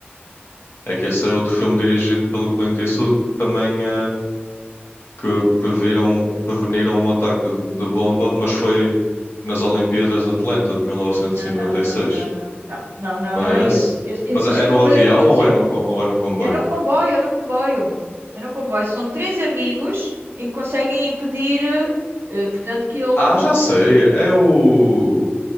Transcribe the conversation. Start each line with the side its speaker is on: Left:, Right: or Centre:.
Left: É que esse é outro filme dirigido pelo Clint Eastwood que também é. que previram, preveniram um ataque de bomba, mas foi nas Olimpíadas de Atlanta de 1996,
Right: Não, não, não, não, não, não, não, não,
Left: não
Right: não
Left: é
Right: é esse.
Left: esse?
Right: Esse- e-
Left: Mas
Right: Isso
Left: é
Right: foi
Left: no
Right: uma
Left: avião
Right: coisa que aconteceu.
Left: ou é no, co- ou é no comboio?
Right: É no comboio, é no comboio. É no comboio. São três amigos em que conseguem impedir, eh, eh, portanto, que ele
Left: Ah, já sei, é o